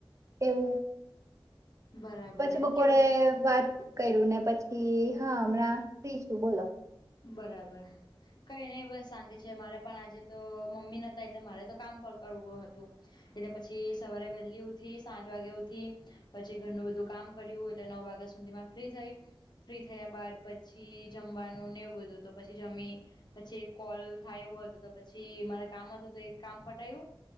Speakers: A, on the right; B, on the left.
A: એવું.
B: બરાબર
A: પછી બપોરે
B: કેવો છે
A: વાત કયરુ ને પછી હા, અમણાં ફ્રી છું બોલો.
B: બરાબર. કઈ નઈ બસ શાંતિ છે, મારે પણ આજે તો મમ્મી નોતા એટલે મારે તો કામ પકડવુ હતુ. એટલે પછી સવારે વેલી ઉથી સાત વાગે ઉથી. પછી ઘરનું બધું કામ કર્યું, એટે નવ વાગે સુધી માં ફ્રી થઈ. ફ્રી થયા બાદ પછી જમવાનું નેવું બધું તો પછી જમી પછી કોલ થાય એવું હતું, તો પછી તે માલે કામ હતું તો, એક કામ પટાયવુ.